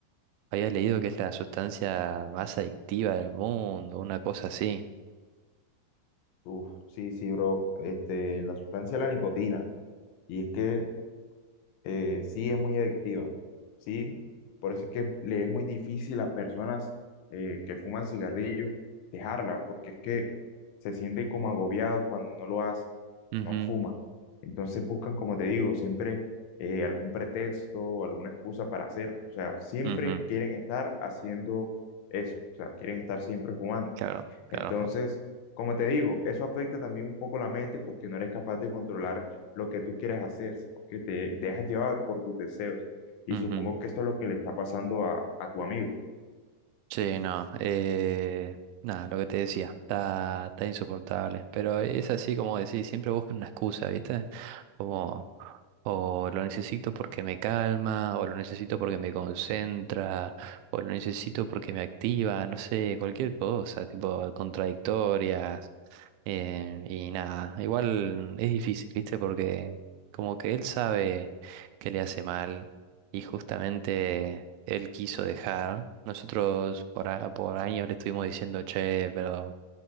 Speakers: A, on the right; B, on the left.
A: Había leído que es la sustancia más adictiva del mundo, una cosa así.
B: Uf, sí, sí, bro. Este, la sustancia de la nicotina. Y es que eh, sí es muy adictiva, sí, por eso es que le es muy difícil a personas eh, que fuman cigarrillo dejarla, porque es que se sienten como agobiados cuando no lo hacen,
A: Ujú,
B: no fuman. Entonces buscan, como te digo, siempre eh, algún pretexto o alguna excusa para hacerlo. O sea, siempre
A: ujú,
B: quieren estar haciendo eso, o sea, quieren estar siempre fumando.
A: Claro, claro.
B: Entonces, como te digo, eso afecta también un poco la mente porque no eres capaz de controlar lo que tú quieres hacer, sino que te dejas llevar por tus deseos. Y
A: ujú.
B: supongo que esto es lo que le está pasando a, a tu amigo.
A: Sí, no. eh, nada, lo que te decía, está, está insoportable. Pero es así como decís, siempre buscan una excusa, ¿viste? Como, o lo necesito porque me calma, o lo necesito porque me concentra, o lo necesito porque me activa, no sé, cualquier cosa, tipo contradictorias. eh, y nada, igual es difícil, ¿viste? Porque como que él sabe que le hace mal y justamente él quiso dejar. Nosotros por, a- por años le estuvimos diciendo, che, pero